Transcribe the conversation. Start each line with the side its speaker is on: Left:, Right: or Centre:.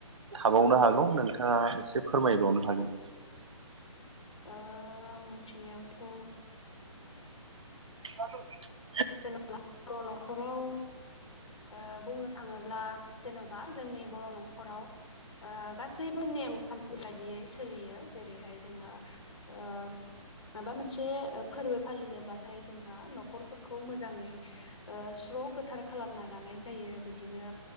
Right: थाबावनो
Left: ओ
Right: हागौ नोंथाङा एसे फोरमायबावनो हागोन
Left: ओ आं मोनथिनायावथ'
Right: साथ
Left: जेनेबा बर' न'खराव ओ बुंनो थाङोब्ला जेन'बा जोंनि बर' न' न'खराव ओ गासैबो नेम खान्थि बायदियै सोलियो जेरैहाय जोंहा ओ माबा मोनसे ओ फोरबो फालिनोबाथाय जोंहा न'खर खौ मोजाङै ओ स्र' गोथार खालामना लानाय जायो बिदिनो